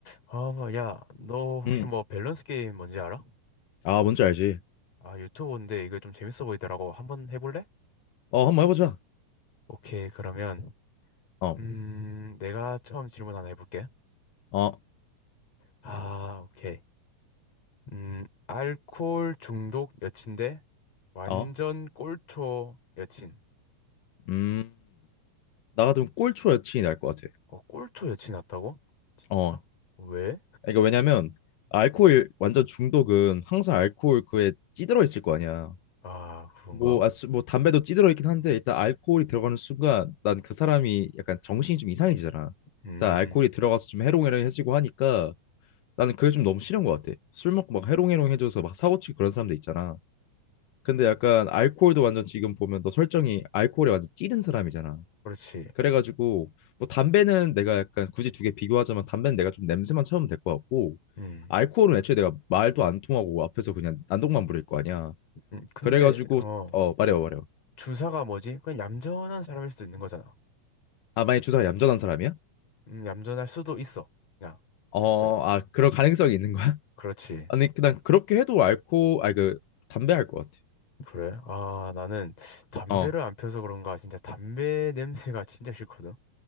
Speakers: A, on the left; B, on the left.
A: 아, 뭐, 야, 너 혹시
B: 음.
A: 뭐 밸런스 게임 뭔지 알아?
B: 아, 뭔지 알지.
A: 아, 유튜브인데 이거 좀 재밌어 보이더라고. 한번 해볼래?
B: 어, 한번 해보자.
A: 오케이, 그러면,
B: 어,
A: 음, 내가 처음 질문 하나 해볼게.
B: 어,
A: 아, 오케이. 음, 알코올 중독 여친데 완전
B: 어.
A: 꼴초 여친.
B: 음. 나 같으면 꼴초 여친이 날 것 같아.
A: 어, 꼴초 여친 같다고? 진짜?
B: 어.
A: 왜?
B: 그러니까 왜냐면 알코올 완전 중독은 항상 알코올 그에 찌들어 있을 거 아니야.
A: 아, 그런가?
B: 뭐, 아, 수, 뭐 담배도 찌들어 있긴 한데 일단 알코올이 들어가는 순간 난 그 사람이 약간 정신이 좀 이상해지잖아.
A: 음,
B: 일단 알코올이 들어가서 좀 해롱해롱해지고 하니까 나는 그게 좀 너무 싫은 것 같아. 술 먹고 막 해롱해롱해져서 막 사고치고 그런 사람들 있잖아. 근데 약간 알코올도 완전 지금 보면 너 설정이 알코올에 완전 찌든 사람이잖아.
A: 그렇지.
B: 그래가지고 뭐 담배는 내가 약간 굳이 두 개 비교하자면 담배는 내가 좀 냄새만 참으면 될 것 같고
A: 음,
B: 알코올은 애초에 내가 말도 안 통하고 앞에서 그냥 난동만 부릴 거 아니야.
A: 음, 근데,
B: 그래가지고
A: 어,
B: 어 말해봐 말해봐.
A: 주사가 뭐지? 그냥 얌전한 사람일 수도 있는 거잖아.
B: 아 만약 주사가 얌전한 사람이야?
A: 음, 얌전할 수도 있어. 그냥
B: 어
A: 살짝.
B: 아 그런 가능성이 있는 거야?
A: 그렇지.
B: <laughs> 아니 그냥 그렇게 해도 알코 아그 담배 할 것 같아.
A: 그래? 아, 나는 담배를
B: 어 어.
A: 안 펴서 그런가 진짜 담배 냄새가 진짜 싫거든.